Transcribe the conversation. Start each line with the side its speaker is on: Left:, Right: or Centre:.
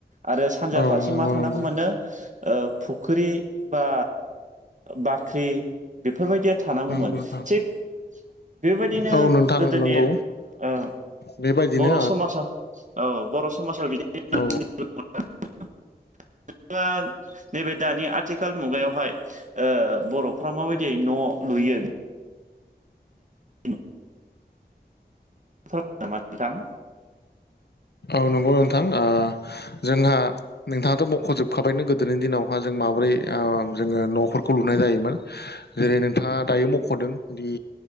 Right: आरो सानजा
Left: औ
Right: फारसे
Left: नंगौ
Right: मा थानांगौ
Left: नंगौ
Right: मोनो ओ फुख्रि बा बाख्रि बेफोरबायदिया थानांगौमोन।
Left: नंगौ नोंथां
Right: थिग बेबायदिनो
Left: औ नोंथां
Right: गोदोनि
Left: नंगौ
Right: ओ
Left: बेबायदिनो
Right: बर' समाजाव औ बर' समाजाव <unintelligible>
Left: ओ औ
Right: <unintelligible> नैबे दानि आथिखाल मुगायावहाय ओ बर'फ्रा माबायदि न' लुयो औ। <unintelligible> नोंथां।
Left: औ नंगौ नोंथां। ओ जोंहा नोंथाङाथ' मख'जोबखाबायनो गोदोनि दिनावहा जों माबोरै ओ जोङो न'फोरखौ लुनाय जायोमोन। जेरै नोंथाङा दायो मख'दों दि